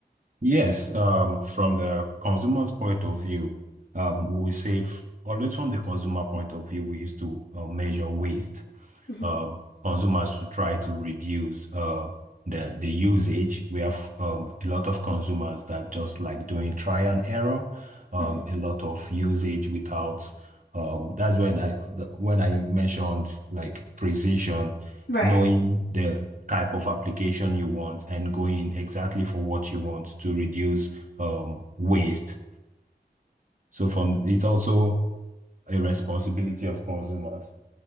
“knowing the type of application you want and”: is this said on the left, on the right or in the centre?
Right